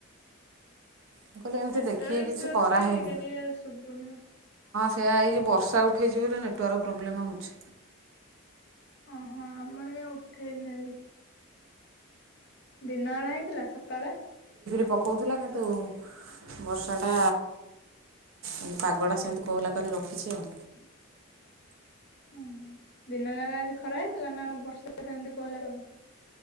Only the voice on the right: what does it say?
ମୁଁ କହିଲି ଏମିତି
ଦେଖିକି କିଛି
କରାହେଇନି
ସେଆ ଏଇ ବର୍ଷା ଉଠେଇଛିି ବୋଲି ନେଟୱାର୍କ ପ୍ରୋବ୍ଲେମ୍ ହେଉଛି।
ପୋକଉଥିଲା କିନ୍ତୁ ବର୍ଷାଟା ଏ ପାଗଟା ସେମିତି କୋହଲା କରି ରଖିଛି ଆଉ।